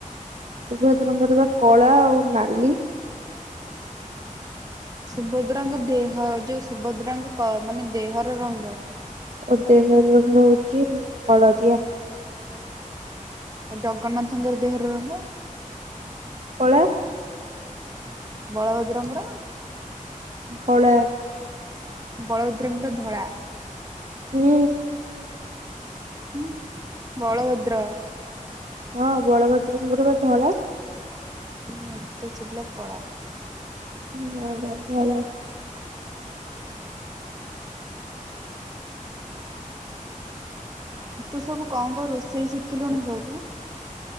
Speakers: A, on the right; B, on the right.
A: ସୁଭଦ୍ରଙ୍କର ବା କଳା ଆଉ ନାଲି।
B: ସୁଭଦ୍ରାଙ୍କ ଦେହ ଯୋଉ ସୁଭଦ୍ରାଙ୍କ କ ମାନେ ଦେହର ରଙ୍ଗ?
A: ଓ ଦେହର ରଙ୍ଗ ହଉଚି ଉଁ ହଳଦିଆ।
B: ଆଉ ଜଗନ୍ନାଥଙ୍କର ଦେହର ରଙ୍ଗ?
A: କଳା।
B: ବଳଭଦ୍ରଙ୍କର?
A: ଧଳା।
B: ବଳଭଦ୍ରଙ୍କର ଧଳା।
A: ହୁଁ।
B: ହୁଁ ବଳଭଦ୍ର।
A: ହଁ ବଳଭଦ୍ରଙ୍କର ବା ଧଳା।
B: ମତ ଶୁବିଲା କଳା।
A: ନା ନା ଧଳା।
B: ତୁ ସବୁ କଣ କ ରୋଷେଇ ଶିଖିଲୁଣି ସବୁ?